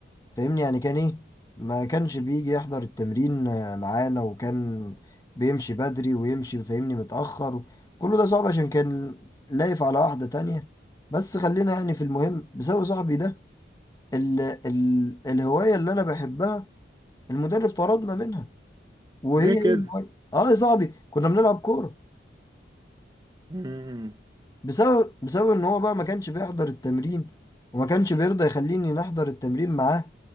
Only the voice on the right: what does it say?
ليه كده
مم.